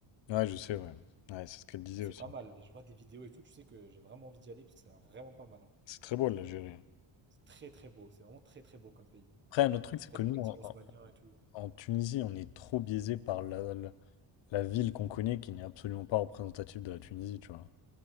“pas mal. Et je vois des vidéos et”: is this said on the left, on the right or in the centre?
Right